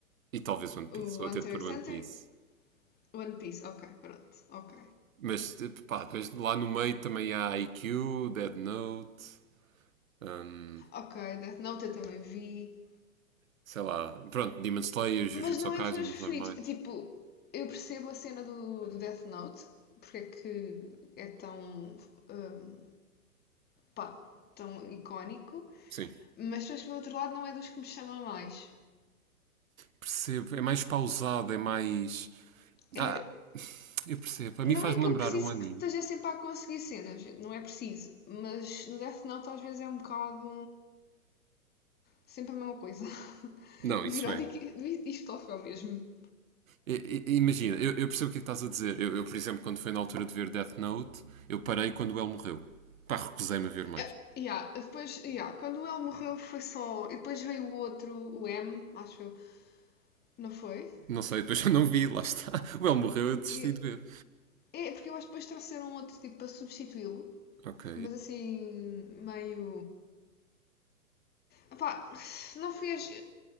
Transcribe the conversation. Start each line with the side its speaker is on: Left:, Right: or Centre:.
Right: E talvez One Piece.
Left: o
Right: Vou
Left: Hunter
Right: ter de pôr
Left: x
Right: One
Left: Hunter,
Right: Piece.
Left: One Piece. Ok, pronto. Ok.
Right: Mas tipo, pá, depois lá no meio também há IQ, Dead Note, hum,
Left: Ok, Death Note eu também vi.
Right: sei lá. Pronto, Demon Slayer, Jujutsu
Left: Mas não
Right: Kaisen,
Left: é dos meus preferidos.
Right: os normais.
Left: Tipo, eu percebo a cena do, do Death Note, porque é que é tão. hum, pá, tão icónico,
Right: Sim.
Left: mas depois por outro lado não é dos que me chama mais.
Right: Percebo. É mais pausado, é mais.
Left: É
Right: Ah, eu percebo. A
Left: Não
Right: mim faz-me
Left: é que
Right: lembrar
Left: eu preciso
Right: um anime.
Left: que esteja sempre a conseguir cenas, não é preciso, mas no Death Note às vezes é um bocado sempre a mesma coisa. <laughs>
Right: Não,
Left: virou
Right: isso é.
Left: Viródico, isto ocorreu mesmo.
Right: I- i- Imagina, eu, eu percebo o que é que estás a dizer. Eu, eu, por exemplo, quando foi na altura de ver Death Note, eu parei quando o El morreu. Pá, recusei-me a ver mais.
Left: É, yeah, depois, yeah, quando o L morreu foi só. E depois veio o outro, o M, acho eu, não foi?
Right: Não sei, depois <laughs> eu não vi, lá está. O El morreu, eu desisti
Left: E-
Right: de ver.
Left: é, porque eu acho que depois trouxeram um outro tipo para substituí-lo,
Right: Ok.
Left: mas assim, meio. Epá, não fez.